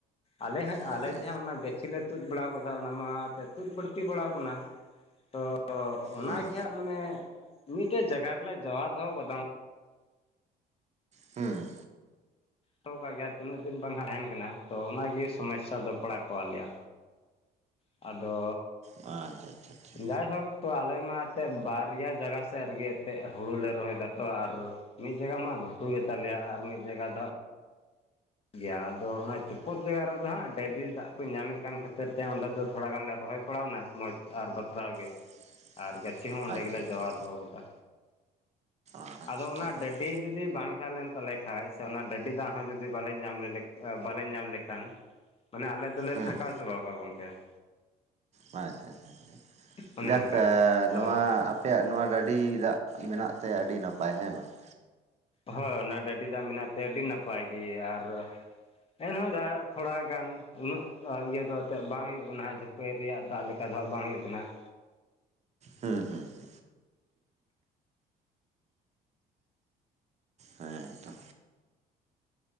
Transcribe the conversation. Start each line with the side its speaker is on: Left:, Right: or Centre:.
Left: ᱟᱞᱮ ᱦᱟᱸᱜ
Right: ᱟᱪᱪᱷᱟ
Left: ᱟᱞᱮ ᱡᱮ ᱦᱟᱸᱜ ᱚᱱᱟ ᱜᱟᱹᱪᱷᱤ ᱞᱮ ᱛᱩᱫ ᱵᱟᱲ ᱟᱠᱟᱫᱟ ᱚᱱᱟ ᱢᱟ ᱮᱛᱮᱜ ᱛᱩᱫ ᱵᱟᱹᱲᱛᱤ ᱵᱟᱲᱟᱣ ᱟᱠᱟᱱᱟ ᱛᱚ ᱚᱱᱟ
Right: ᱦᱩᱸ
Left: ᱜᱮ ᱦᱟᱜ ᱢᱟᱱᱮ ᱢᱤᱫᱴᱮᱡ ᱡᱟᱜᱟ ᱨᱮᱞᱮ ᱡᱟᱣᱟ ᱫᱚᱦᱚ ᱟᱠᱟᱫᱟ
Right: ᱦᱩᱸ
Left: ᱯᱷᱚᱴᱚ ᱠᱟᱜ ᱜᱮᱭᱟ ᱛᱤᱱᱟᱹᱜ ᱫᱤᱱ ᱵᱟᱝ ᱦᱟᱸᱜ ᱛᱟᱦᱮᱱ ᱠᱟᱱᱟ ᱛᱚ ᱚᱱᱟ ᱜᱮ ᱥᱚᱢᱚᱭᱥᱟ ᱫᱚ ᱯᱟᱲᱟᱣ ᱠᱟᱣᱟᱜ ᱞᱮᱭᱟ ᱟᱫᱚ
Right: ᱟᱪᱪᱷᱟ ᱟᱪᱪᱷᱟ
Left: ᱡᱟᱭ ᱦᱳᱠ ᱛᱚ ᱟᱞᱮ ᱢᱟ ᱮᱛᱮᱜ ᱵᱟᱨᱭᱟ ᱡᱟᱜᱟ ᱥᱮᱫ ᱨᱮᱜᱮ ᱮᱛᱮᱜ ᱦᱩᱲᱩ ᱞᱮ ᱨᱚᱦᱚᱭ ᱮᱫᱟ ᱛᱚ ᱟᱨ ᱢᱤᱫ ᱡᱟᱭᱜᱟ ᱢᱟ ᱜᱷᱩᱴᱩ ᱜᱮ ᱛᱟᱞᱮᱭᱟ ᱟᱨ ᱢᱤᱫ ᱡᱟᱭᱜᱟ ᱫᱚ ᱦᱟᱜ ᱜᱮᱭᱟ ᱟᱫᱚ ᱚᱱᱟ ᱪᱚᱯᱚᱫ ᱡᱟᱭᱜᱟ ᱨᱮᱫᱚ ᱦᱟᱸᱜ ᱰᱟᱹᱵᱤ ᱫᱟᱜ ᱠᱚ ᱧᱟᱢᱮᱫ ᱠᱟᱱ ᱠᱷᱟᱹᱛᱤᱨ ᱛᱮ ᱚᱸᱰᱮ ᱫᱚ ᱛᱷᱚᱲᱟ ᱜᱟᱱ ᱞᱮ ᱨᱚᱦᱚᱭ ᱥᱟᱯᱲᱟᱣ ᱱᱟ ᱢᱚᱡᱽ ᱟᱨ ᱵᱟᱛᱨᱟᱣ ᱜᱮ ᱾
Right: <unintelligible>
Left: ᱟᱨ ᱜᱟᱹᱪᱷᱤ ᱦᱚᱸ ᱚᱸᱰᱮ
Right: ᱟᱪᱪᱷᱟ
Left: ᱜᱮᱞᱮ
Right: ᱟᱪᱪᱷᱟ ᱟᱪᱪᱷᱟ
Left: ᱡᱟᱣᱟ ᱫᱚᱦᱚᱣ ᱠᱟᱫᱟ,
Right: ᱟᱪᱪᱷᱟ
Left: ᱟᱫᱚ
Right: ᱴᱷᱤᱠ
Left: ᱚᱱᱟ
Right: ᱴᱷᱤᱠ
Left: ᱰᱟᱹᱰᱤᱼᱼ ᱡᱩᱫᱤ ᱵᱟᱝ ᱛᱟᱦᱮᱸ ᱞᱮᱱ ᱛᱟᱞᱮ ᱠᱷᱟᱡ, ᱥᱮ ᱚᱱᱟ ᱰᱟᱹᱰᱤ ᱫᱟᱜ ᱦᱚᱸ ᱡᱩᱫᱤ ᱵᱟᱞᱮ ᱧᱟᱢ ᱞᱮᱞᱮ ᱟᱹ ᱵᱟᱞᱮ ᱧᱟᱢ ᱞᱮᱠᱷᱟᱱᱼᱼ ᱢᱟᱱᱮ ᱟᱞᱮ ᱫᱚᱞᱮ
Right: ᱦᱩᱸ
Left: ᱛᱷᱟᱠᱟᱣ ᱪᱟᱵᱟ ᱠᱚᱜᱼᱟ ᱜᱚᱝᱠᱮ ᱾
Right: ᱟᱪᱪᱷᱟ ᱟᱪᱪᱷᱟ ᱟᱪᱪᱷᱟ,
Left: ᱚᱱᱮ
Right: ᱪᱮᱫᱟᱜ
Left: ᱚᱱᱠᱟ
Right: ᱥᱮ
Left: ᱛᱚ
Right: ᱱᱚᱣᱟᱼᱼ ᱟᱯᱮᱭᱟᱜ ᱱᱚᱣᱟ ᱰᱟᱹᱰᱤ ᱫᱟᱜ ᱢᱮᱱᱟᱜ ᱛᱮ ᱟᱹᱰᱤ ᱱᱟᱯᱟᱭ ᱦᱮᱸ ᱵᱟᱝ ᱾
Left: ᱦᱳᱭ ᱚᱱᱟ ᱰᱟᱹᱰᱤ ᱫᱟᱜ ᱢᱮᱱᱟᱜ ᱛᱮ ᱟᱹᱰᱤ ᱱᱟᱯᱟᱭ ᱜᱮ, ᱟᱨᱼᱼ ᱮᱱᱦᱚᱸ ᱡᱟ ᱛᱷᱚᱲᱟ ᱜᱟᱱ ᱩᱱᱟᱹᱜ ᱤᱭᱟᱹ ᱫᱚ ᱮᱱᱛᱮᱫ ᱵᱟᱝ ᱦᱩᱭᱩᱜ ᱠᱟᱱᱟ ᱟᱡ ᱦᱚᱸᱼᱼ ᱡᱷᱟᱹᱯᱟᱹᱭ ᱨᱮᱭᱟᱜ ᱫᱟᱜ ᱞᱮᱠᱟ ᱫᱚ ᱦᱟᱸᱜ ᱵᱟᱝ ᱦᱩᱭᱩᱜ ᱠᱟᱱᱟ ᱾
Right: ᱦᱩᱸ ᱦᱩᱸ ᱾ ᱦᱮᱸ ᱛᱚ